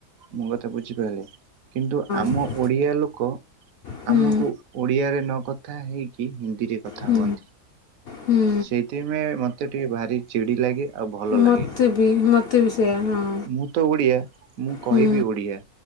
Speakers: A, on the right (about 70°); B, on the left (about 60°).
A: ମୋ କଥା ବୁଝିପାଇଲେ କିନ୍ତୁ ଆମ
B: ହଁ।
A: ଓଡିଆ ଲୋକ
B: ହୁଁ
A: ଆମୁକୁ ଓଡ଼ିଆରେ ନକଥା ହେଇକି ହିନ୍ଦୀରେ କଥା
B: ହୁଁ
A: ହୁଅନ୍ତି।
B: ହୁଁ
A: ସେଇଥିପାଇ ମତେ ଟିକେ ଭାରି ଚିଡି ଲାଗେ। ଆଉ ଭଲ ଲାଗେନି।
B: ମତେ ବି ମତେ ବି ସେଇୟା ହଁ।
A: ମୁଁ ତ ଓଡ଼ିଆ ମୁଁ କହିବି
B: ହୁଁ
A: ଓଡ଼ିଆ